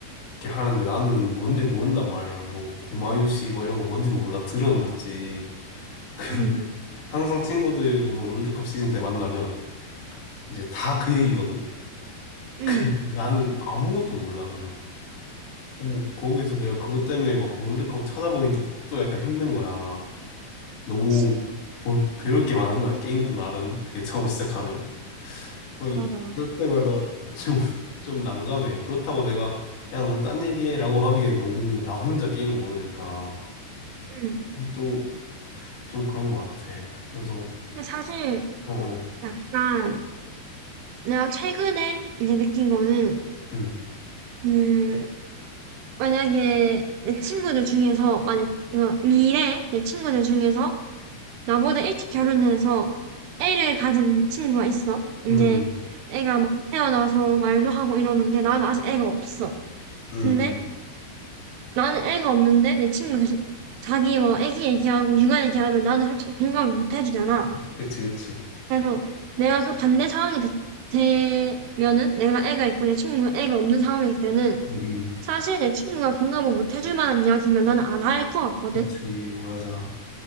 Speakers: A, on the left (about 85°); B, on the right (about 75°).
A: 이렇게 하는데 나는 뭔지 모른단 말이야. 뭐 구마유시 뭐 이런 거 뭔지도 몰라. 들은 봤지. <laughs> 근데
B: 음,
A: 항상 친구들 뭐 롤드컵 시즌 때 만나면 이제 다 그 얘기거든.
B: 음.
A: 근데 나는 아무것도 몰라 그냥. 근데 거기서 내가 그것 때문에 막 롤드컵을 찾아보긴 또, 또 약간 힘든 거야. 너무
B: 그치.
A: 볼, 배울 게 많은 거야. 게임도 나름. 그게 처음 시작하면. 그래서
B: 맞아, 맞아.
A: 그럴 때마다 좀, 좀 난감해. 그렇다고 내가, 야, 너네 딴 얘기해. 라고 하기엔 너무 나 혼자 게임을 모르니까.
B: 음.
A: 또 좀 그런 것 같아. 그래서,
B: 근데 사실,
A: 어, 어,
B: 약간, 내가 최근에 이제 느낀 거는,
A: 응,
B: 그, 만약에 내 친구들 중에서, 아, 내, 어, 미래 내 친구들 중에서 나보다 일찍 결혼해서 애를 가진 친구가 있어. 이제
A: 응, 응,
B: 애가 막 태어나서 말도 하고 이러는데 나는 아직 애가 없어.
A: 응,
B: 근데
A: 응.
B: 나는 애가 없는데 내 친구가 계속 자기 뭐 애기 얘기하고 육아 얘기하면 나는 솔직히 공감을 못 해주잖아.
A: 그치, 그치.
B: 그래서 내가 그 반대 상황이 되, 되면은 내가 애가 있고 내 친구가 애가 없는 상황일 때는
A: 응, 응.
B: 사실 내 친구가 공감을 못 해줄 만한 이야기면 나는 안 할 것 같거든.
A: 그치, 맞아.